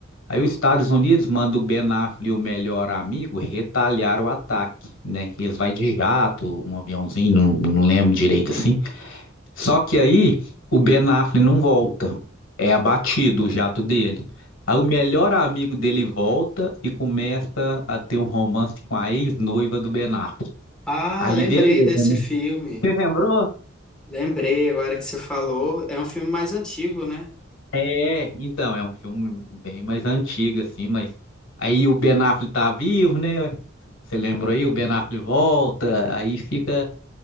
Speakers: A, on the left; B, in the centre.
A: Aí os Estados Unidos mandam o Ben Affleck e o melhor amigo retalhar o ataque, né? Eles vai de jato, um aviãozinho, não, não lembro direito assim. Só que aí o Ben Affleck não volta. É abatido o jato dele. Aí o melhor amigo dele volta e começa a ter um romance com a ex-noiva do Ben Affleck.
B: Ah,
A: Aí
B: lembrei
A: beleza,
B: desse
A: né?
B: filme.
A: Você lembrou?
B: Lembrei agora que você falou. É um filme mais antigo, né?
A: É, então, é um filme bem mais antigo, assim, mas aí o Ben Affleck tá vivo, né? Você lembrou aí? O Ben Affleck volta, aí fica